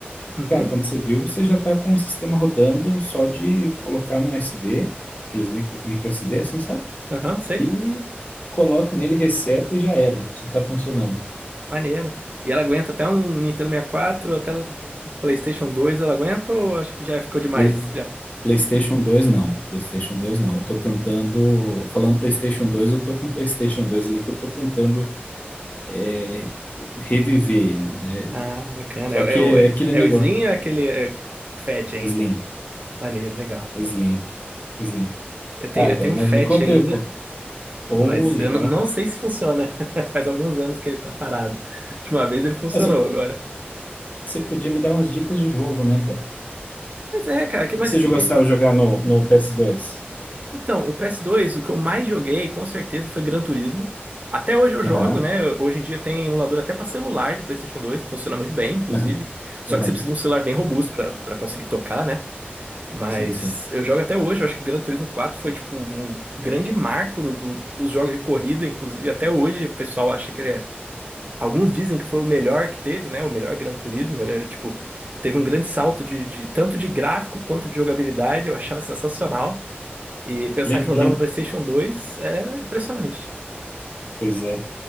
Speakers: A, on the right (about 40°); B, on the left (about 40°).
A: Uhum,
B: Cara, quando você viu, você já está com o sistema rodando só de colocar num SD, aqueles micro, micro SD, assim, sabe?
A: aham, sei.
B: E coloca nele, reseta e já era, já está funcionando.
A: Maneiro. E ela aguenta até um Nintendo 64, até o PlayStation 2, ela aguenta ou acho que já ficou demais?
B: Play-
A: Já.
B: PlayStation dois não, PlayStation dois não. Eu tô
A: Entendi.
B: tentando, falando PlayStation dois, eu tô com o PlayStation dois ali que eu tô tentando é, reviver ele, né? Ele-
A: Ah, bacana.
B: Só
A: É,
B: que
A: é o,
B: é
A: é,
B: aquele
A: é
B: negócio,
A: o Slim ou é aquele é, Fat ainda?
B: o Slim,
A: Maneiro, legal.
B: o Slim, o Slim.
A: Eu tenho,
B: Ah,
A: eu
B: cara,
A: tenho
B: mas
A: um Fat
B: me conta
A: ainda.
B: aí um pouco. Oh,
A: Mas
B: legal.
A: eu n- não sei se funciona. <laughs> Faz alguns anos que ele tá parado. Última vez ele funcionou
B: Ah, Você,
A: agora.
B: você podia me dar umas dicas de jogo, né, cara? O
A: Mas é, cara, que,
B: que
A: mas
B: que você
A: que.
B: gostava de jogar no, no ps dois?
A: Então, o PS2, o que eu mais joguei, com certeza, foi Gran Turismo. Até hoje eu jogo,
B: Aham,
A: né? Hoje em dia tem emulador até pra celular de PlayStation 2, que funciona muito bem, inclusive.
B: aham,
A: Só
B: aham.
A: que você precisa de um celular bem robusto pra para conseguir tocar, né? Mas
B: Sim, sim.
A: eu jogo até hoje. Eu acho que Gran Turismo 4 foi, tipo, um grande marco do, do- dos jogos de corrida, inclusive. Até hoje o pessoal acha que ele é Alguns dizem que foi o melhor que teve, né? O melhor Gran Turismo. Ele era tipo, teve um grande salto de, de- tanto de gráfico quanto de jogabilidade. Eu achava sensacional. E pensar
B: Lembra,
A: que rodava no PlayStation 2 é impressionante.
B: Pois é.